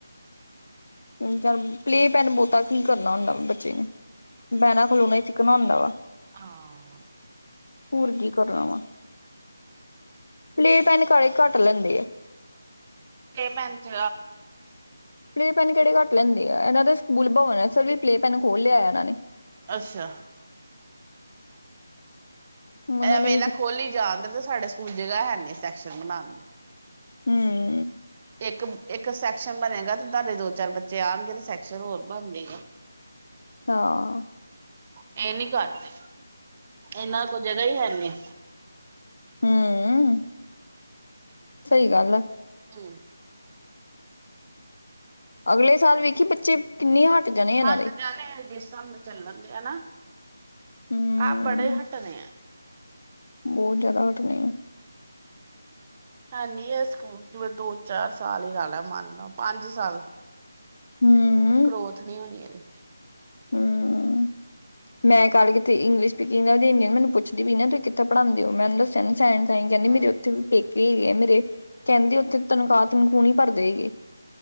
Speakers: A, on the left (about 65°); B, on the right (about 25°).
A: ਹੁਜ ਪਲੇ ਪੈਨ ਬੋਟਾਂ ਕੀ ਕਰਨਾ ਹੁੰਦਾ ਬੱਚੇ ਨੂੰ। ਬੇਨਾ ਖਲੋਨਾ ਹੀ ਚਿਕਨਾ ਹੁਦਾ ਵਾ।
B: ਹਾਂ।
A: ਹੋਰ ਕੀ ਕਰਨਾ ਵਾ ਪਲੇਅ ਪਹਿਲੇ <unintelligible> ਘੱਟ ਲੈਂਦੇ ਆ
B: ਪਲੇ ਪੇਨ ਚ
A: ਪਲੇ ਪੈਨ ਕਿਹੜੇ ਘਟ ਲੈੰਦੇ ਆ ਇਹਨਾਂ ਦੇ ਸਕੂਲ ਭਵਨ ਹੈ ਫਿਰ ਵੀ ਪਲੇ ਪੈਨ ਖੋਲ੍ਹਿਆ ਇਹਨਾਂ ਨੇ
B: ਅੱਛਾ
A: ਉਹਨਾਂ
B: ਐ
A: ਨੇ
B: ਵੇਹਲਾ
A: ਵੀ
B: ਖੋਲ ਹੀ ਜਾਣ ਤੇ ਸਾਡੇ ਸਕੂਲ ਜਗ੍ਹਾ ਹੈ ਨੀ ਸੈਕਸ਼ਨ ਬਣਾਉਣ ਨੂੰ
A: ਹਮ
B: ਇੱਕ-ਇੱਕ ਸੈਕਸ਼ਨ ਬਨੇਗਾ ਤੇ ਤੁਹਾਡੇ ਦੋ ਚਾਰ ਬੱਚੇ ਆਣਗੇ ਤੇ ਸੈਕਸ਼ਨ ਹੋਰ ਬਣ ਜੇਏਗਾ
A: ਹਾਂ
B: ਇਹ ਨੀ ਕਰਦੇ ਇਹਨਾਂ ਕੋਲ ਜਗ੍ਹਾ ਈ ਹੈਨੀ
A: ਹੰ ਸਹੀ ਗੱਲ ਆ
B: ਠੀਕ
A: ਅਗਲੇ ਸਾਲ ਵੇਖੀ ਬੱਚੇ ਕਿੰਨੇ ਹੱਟ ਜਾਣੇ ਇਹਨਾਂ
B: ਹੱਟ
A: ਦੇ
B: ਜਾਣੇ ਜਿਸ ਹਿਸਾਬ ਨਾਲ ਚੱਲਣਗੇ ਹੈਨਾ
A: ਹੂੰ,
B: ਆਪ ਬੜੇ ਹਟਨੇ ਆ
A: ਬਹੁਤ ਜ਼ਿਆਦਾ ਹਟਨੀ ਆ
B: ਹੈਨੀ ਇਹ ਸਕੂਲ ਦੋ ਚਾਰ ਸਾਲ ਹੀ ਲਾ ਲੈ ਮੰਨ ਲੈ ਪੰਜ ਸਾਲ
A: ਹੰ
B: ਗਰੋਥ ਨੀ ਹੋਨੀ ਇਹਦੇ
A: ਹਮ ਮੈਂ ਕੱਲ ਕਿੱਤੇ ਇੰਗਲਿਸ਼ ਸਪੀਕਿੰਗ ਹਿੰਦੀ ਮੈਨੂੰ ਪੁੱਛਦੀ ਵੀ ਨਾ ਤੁਸੀਂ ਕਿਥੇ ਪੜਾਦੇ ਹੋ ਮੈਨੂੰ ਦੱਸ <unintelligible> ਕਹਿੰਦੀ
B: ਹਮ।
A: ਮੇਰੇ ਉੱਥੇ ਵੀ ਪੇਕੇ ਹੈਗੇ ਆ ਮੇਰੇ ਕਹਿੰਦੇ ਉੱਥੇ ਤਨਖਾਹ ਤਨਖੂਹ ਨਹੀ ਭਰਦੇ ਹੈਗੇ